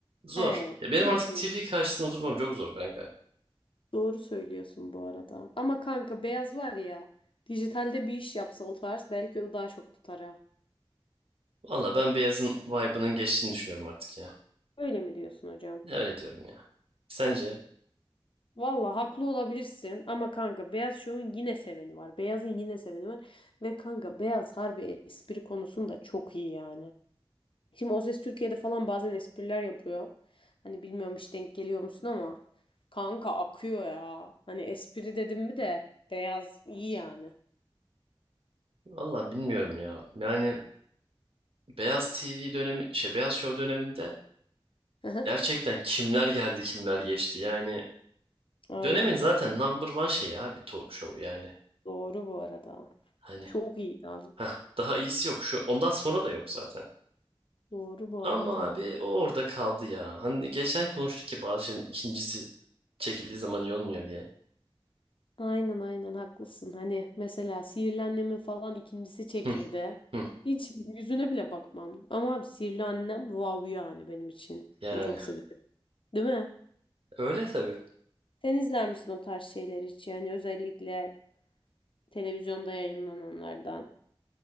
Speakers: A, on the right (about 75°); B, on the left (about 65°).
A: Zor.
B: He,
A: Ya benim
B: doğru
A: artık
B: diyor.
A: TV karşısında oturmam çok zor kanka.
B: Doğru söylüyorsun bu arada. Ama kanka Beyaz var ya. Dijitalde bir iş yapsa o tarz belki o daha çok tutar ha.
A: Valla ben Beyaz'ın vibe'ının geçtiğini düşünüyorum artık ya.
B: Öyle mi diyorsun hocam?
A: Öyle diyorum ya. Sence?
B: Valla haklı olabilirsin ama kanka beyaz şovun yine seveni var. Beyazın yine seveni var. Ve kanka beyaz harbi espri konusunda çok iyi yani. Şimdi O Ses Türkiye'de falan bazen espriler yapıyor. Hani bilmiyorum hiç denk geliyor musun ama kanka akıyor ya. Hani espri dedim mi de beyaz iyi yani.
A: Valla bilmiyorum ya. Yani Beyaz TV dönemi şey Beyaz Show döneminde
B: <laughs>
A: gerçekten kimler geldi kimler geçti. Yani
B: Aynen
A: dönemin zaten
B: bu arada.
A: number one şeyi abi talk show yani.
B: Doğru bu arada.
A: Hani
B: Çok iyiydi abi.
A: heh, daha iyisi yok şu ondan sonra da yok zaten.
B: Doğru bu arada.
A: Ama abi o orada kaldı ya. Hani geçen konuştuk ki bazı şeyin ikincisi çekildiği zaman iyi olmuyor diye.
B: Aynen aynen haklısın. Hani mesela Sihirli Annem'in falan ikincisi çekildi.
A: Hı, hı.
B: Hiç yüzüne bile bakmam. Ama abi Sihirli Annem wow yani benim için.
A: Yani
B: Hani çok severim. Değil mi?
A: öyle tabii.
B: Sen izler misin o tarz şeyler hiç? Yani özellikle televizyonda yayınlananlardan.